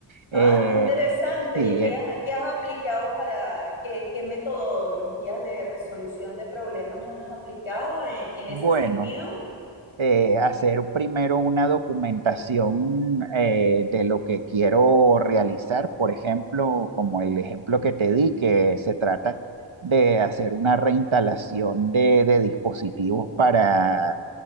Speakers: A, on the right; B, on the left.
A: Eh,
B: Ah, qué interesante.
A: sí,
B: ¿Y qué
A: eh,
B: has, qué has aplicado para, qué, qué metodologías de resolución de problemas has aplicado en, en
A: bueno.
B: ese sentido?
A: eh, hacer primero una documentación eh, de lo que quiero realizar, por ejemplo, como el ejemplo que te di, que se trata de hacer una reinstalación de, de dispositivos para